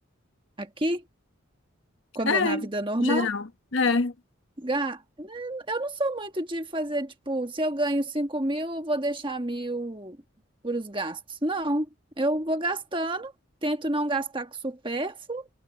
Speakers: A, on the right; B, on the left.
A: Aqui, quando
B: É,
A: na vida normal.
B: geral. É.
A: Ga- Eu não sou muito de fazer, tipo, se eu ganho 5 mil, eu vou deixar mil para os gastos. Não, eu vou gastando, tento não gastar com supérfluo,